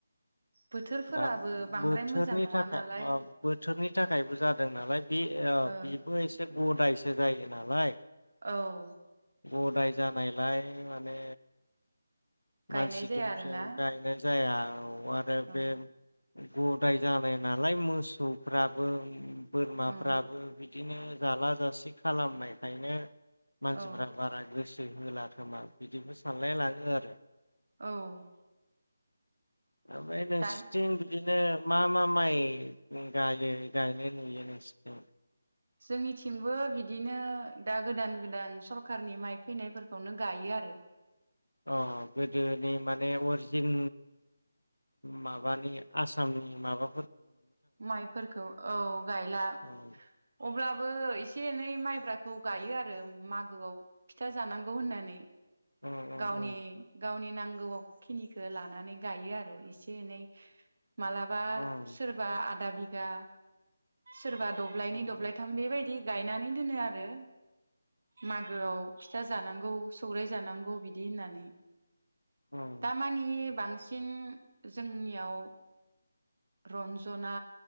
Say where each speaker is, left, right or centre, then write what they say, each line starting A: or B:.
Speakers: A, on the right; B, on the left.
A: बोथोरफोराबो
B: दा
A: बांद्राय
B: बोथोरनि
A: मोजां नङा
B: थाखाय
A: नालाय।
B: ओ बोथोरनि थाखायबो जादों नालाय बे ओ
A: औ
B: बिबो एसे गदायसो जायो नालाय
A: औ
B: गदाय जानायलाय माने
A: गायनाय
B: मानसि
A: जाया
B: दंसै
A: आरोना
B: गायनाय जाया औ आरो
A: औ
B: बे गदाय जानाय नालाय मोसौफ्राबो बोरमाफ्राबो
A: औ
B: बिदिनो जाला जासि खालामनायखायनो मानसिफ्रा
A: औ
B: बारा गोसो होला खोमा बिदिबो सानलाय लाङो आरो।
A: औ
B: ओमफ्राय नोंसिथिं
A: दान
B: बिदिनो मा मा माइ गायो गायनाय नुयो <unintelligible>
A: जोंनिथिंबो बिदिनो दा गोदान गोदान सरकारनि माइ फैनायफोरखौनो गायो आरो।
B: अ गोदोनि माने अरिजिन मा माने आसाम नि माबा
A: माइफोरखौ औ गायला
B: ओम
A: अब्लाबो एसे एनै माइ ब्राखौ गायो आरो मागोआव फिथा जानांगौ होननानै ।
B: ओम ओम
A: गावनि
B: ओम
A: गावनि नां गौ खिनिखो लानानै गायो आरो एसे एनै। मालाबा
B: ओम
A: सोरबा आदा बि गा। सोरबा दब्लायनै
B: ओम
A: दब्लायथाम बेबायदि गायनानै दोनो आरो मागोआव फिथा जानांगौ सौराय जानांगौ बिदि होननानै।
B: ओम
A: दामानि बां ‌ सिन जोंनिआव रन्जना,